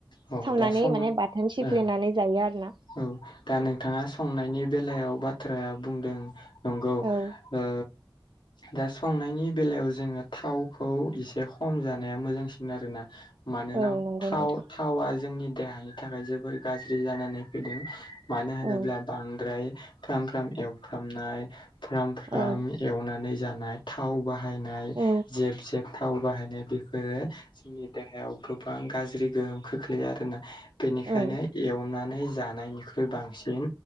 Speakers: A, on the left (about 65°); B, on the right (about 60°).
A: औ
B: सावनानै
A: दा सं
B: माने बाथोन सिफ्लेनानै
A: ओ
B: जायो आरोना
A: औ दा नोंथाङा संनायनि बेलायाव बाथ्राया बुंदों नंगौ ओ
B: औ
A: दा संनायनि बेलायाव जोङो थावखौ एसे खम जानाया मोजांसिन आरोना मानोना
B: औ नंगौ
A: थाव
B: नोंथां
A: थावा जोंनि देहानि थाखाय जोबोर गाज्रि जानानै फैदों मानो होनोब्ला
B: औ
A: बांद्राय फ्राम फ्राम एवफ्रामनाय फ्राम फ्राम
B: औ
A: एवनानै जानाय थाव बाहायनाय
B: औ
A: जेब जेब थाव बाहायनाय बेफोरो जोंनि देहायाव गोबां गाज्रि गोहोम खोख्लैयो आरोना। बेनिखायनो
B: औ
A: एवनानै जानायनिख्रुइ बांसिन।